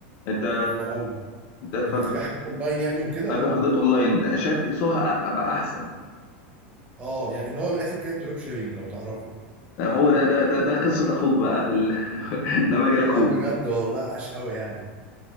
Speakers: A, on the left (about 45°); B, on the right (about 20°).
A: أنت
B: حلو قوي
A: أنت هتفاجئ
B: انك تبيع حاجات اونلاين يعني وكده
A: ابيع
B: ولا
A: حاجات اونلاين شايف سوها بقى احسن
B: اه يعني اللي هو من الاخر كده الدروب شيبينج لو تعرفه
A: هو ده ده ده, ده قصه اخوك بقى في ال... <laughs> ده مجال اخوك
B: طب بجد والله عاش قوي يعني